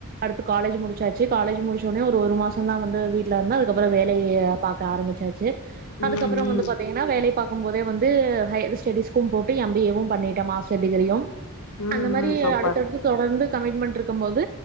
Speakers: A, on the right; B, on the left.
A: அடுத்து காலேஜ் முடிச்சாச்சு காலேஜ் முடிச்சோடனே ஒரு மாசம் தான் வந்து வீட்டுல இருந்த அதுக்கப்புறம் வேலையை பார்க்க ஆரம்பிச்சாச்சு அதுக்கப்புறம்
B: ம் ம்
A: வந்து பாத்தீங்கன்னா வேலை பா இருக்கும் போதே வந்து ஹையர் ஸ்டெடீஸ்கும் போட்டு எம் பி ஏ வும் பண்ணிட்டேன் மாஸ்டர் டிகிரியும்
B: ம்
A: அந்த மாரி
B: ம் சூப்பர்
A: அடுத்து தடுத்து தொடர்ந்து கமிட்மெண்ட் இருக்கும் போது